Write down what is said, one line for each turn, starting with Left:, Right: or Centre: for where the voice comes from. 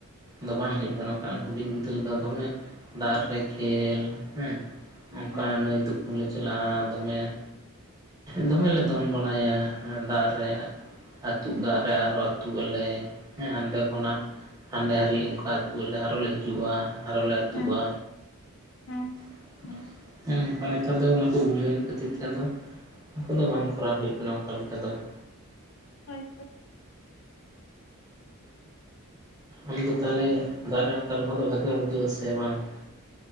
Right: ᱫᱚ ᱵᱟᱝ ᱦᱩᱭᱩᱜ
Left: ᱦᱮᱸ
Right: ᱠᱟᱱᱟ ᱵᱟᱠᱟᱱ ᱦᱩᱰᱤᱧ ᱵᱤᱫᱟᱞ ᱫᱚ ᱫᱚᱢᱮ ᱫᱟᱜ ᱨᱮ ᱠᱷᱮᱞ ᱦᱮᱸ ᱚᱱᱠᱟ
Left: ᱦᱮᱸ
Right: ᱱᱟᱹᱭ ᱛᱩᱯᱩᱱ ᱞᱮ ᱪᱟᱞᱟᱜᱼᱟ ᱫᱚᱢᱮ ᱾ ᱫᱚᱢᱮ ᱞᱮ ᱫᱚᱱ ᱵᱟᱲᱟᱭᱟ ᱫᱟᱜ ᱨᱮ ᱾ ᱟᱹᱛᱩᱜ ᱫᱟᱜ ᱨᱮ ᱟᱨ ᱦᱚᱸ ᱟᱹᱛᱩᱜ ᱟᱞᱮ ᱾ ᱦᱮᱸ ᱦᱟᱸᱰᱮ ᱠᱷᱚᱱᱟᱜ ᱦᱟᱸᱰᱮ ᱦᱟᱹᱨᱤᱡ ᱚᱱᱠᱟ ᱟᱹᱛᱩ ᱟᱞᱮ ᱟᱨᱚ ᱞᱮ ᱦᱤᱡᱩᱜᱼᱟ ᱾ ᱟᱨᱚ ᱞᱮ ᱟᱹᱛᱩᱜᱼᱟ
Left: ᱦᱮᱸ ᱦᱮᱸ
Right: ᱾ ᱟᱨ ᱱᱮᱛᱟᱨ ᱫᱚ ᱚᱱᱟ ᱠᱚ ᱵᱩᱡᱷᱟᱹᱣᱮᱱ ᱠᱷᱟᱹᱛᱤᱨ ᱛᱮ ᱟᱫᱚ ᱩᱱᱠᱩ ᱫᱚ ᱵᱟᱝ ᱠᱚᱨᱟᱣ ᱦᱩᱭᱩᱜ ᱠᱟᱱᱟ ᱚᱠᱟ ᱞᱮᱠᱟ ᱫᱚ ᱾
Left: ᱦᱚᱭ
Right: ᱟᱢ ᱫᱚ ᱛᱟᱦᱚᱞᱮ ᱫᱟᱜ ᱨᱮ ᱚᱱᱠᱟ ᱞᱚᱦᱚᱫ ᱫᱚ ᱵᱷᱟᱜᱮᱢ ᱵᱩᱡᱷᱟᱹᱣᱟ ᱥᱮ ᱵᱟᱝ ᱟᱯᱮ᱾